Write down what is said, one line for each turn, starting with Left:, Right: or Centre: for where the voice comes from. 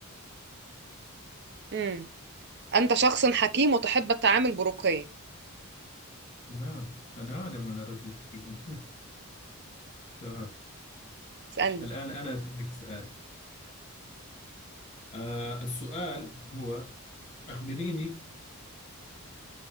Right: مم. أنت شخص حكيم وتحب التعامل برقي
Left: نعم أنا أعلم أنا رجل حكيم <laughs> تمام
Right: اسألني
Left: الآن أنا أسألك سؤال آه السؤال هو أخبريني